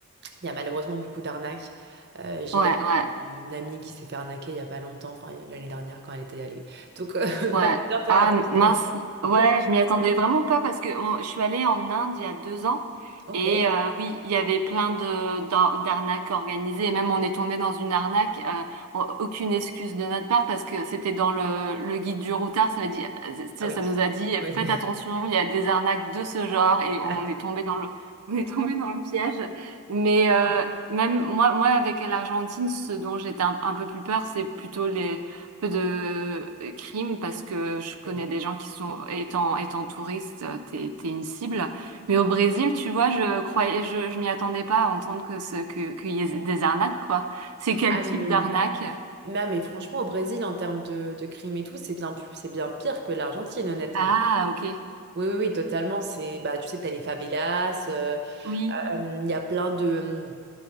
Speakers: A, on the right (about 45°); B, on the right (about 90°).
A: il y a malheureusement beaucoup d'arnaques. Euh, j'ai
B: ouais,
A: d'ailleurs
B: ouais,
A: euh, une amie qui s'est fait arnaquer il y a pas longtemps, enfin l'année dernière quand elle était allée. Donc, euh, <laughs>
B: ouais.
A: fallait bien faire
B: Ah
A: attention.
B: mince, ouais,
A: <laughs> Oui.
B: je m'y attendais vraiment pas parce que on- je suis allée en Inde il y a deux ans
A: Ok.
B: et euh, oui, il y avait plein de d'ar- d'arnaques organisées et même on est tombé dans une arnaque. euh, on- aucune excuse de notre part parce que c'était dans le, le guide du routard, ça veut dire, ça,
A: Ah oui.
B: ça nous a dit
A: Oui.
B: faites attention, il y a des arnaques de ce genre et on
A: <laughs>
B: est tombé dans le <laughs> on est tombé dans le piège. Mais euh, même moi, moi avec l'Argentine, ce dont j'étais un, un peu plus peur, c'est plutôt les peu de euh, crimes parce que je connais
A: Oui.
B: des gens qui sont, étant, étant touriste, euh, t'es, t'es une cible. Mais au Brésil, tu vois, je croyais, je, je m'y attendais pas à entendre que ce, que, qu'il y ait des arnaques, quoi. C'est quel
A: Ah,
B: type
A: mais
B: d'arnaque?
A: Non, mais franchement, au Brésil, en termes de, de crime et tout, c'est bien, plus- c'est bien pire que l'Argentine, honnêtement.
B: Ah, ok.
A: Oui, oui, oui, totalement. C'est, bah, tu sais, t'as les favelas, euh,
B: Oui,
A: euh, il y a plein de,